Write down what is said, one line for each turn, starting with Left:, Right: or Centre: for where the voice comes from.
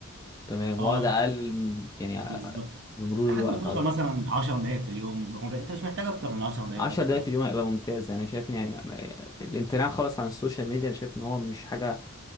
Left: تمام
Right: اه
Left: واقعد اقلل م- يعني
Right: بالظبط
Left: ا- بمرور
Right: لحد
Left: الوقت
Right: ما توصل
Left: على ده
Right: مثلا 10 دقايق في اليوم ربع انت مش محتاج اكتر من 10 دقايق
Left: 10
Right: ربع
Left: دقايق
Right: ساعة
Left: في اليوم هيبقى ممتاز انا شايف ان يعني م- م- الامتناع خالص عن السوشيال ميديا انا شايف ان هو مش حاجه